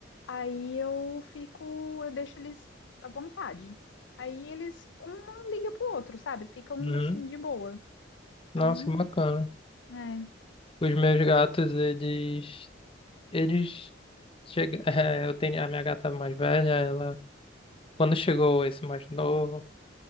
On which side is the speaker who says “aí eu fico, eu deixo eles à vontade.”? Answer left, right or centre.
Left